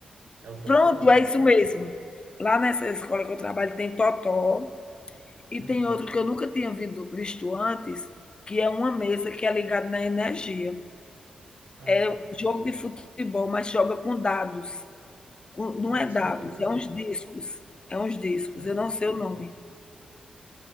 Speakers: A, on the right; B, on the left.
A: É o totó
B: Pronto,
A: ou
B: é
A: não?
B: isso mesmo. Lá nessa escola que eu trabalho tem totó. E
A: Uhum.
B: tem outro que eu nunca tinha vindo- visto antes, que é uma mesa que é ligada na energia.
A: Aham.
B: É jogo de futebol, mas joga com dados. Com- não
A: Ó,
B: é
A: esse
B: dados,
A: eu nunca vi, não.
B: é uns discos. É uns discos.
A: Uhum.
B: Eu não sei o nome.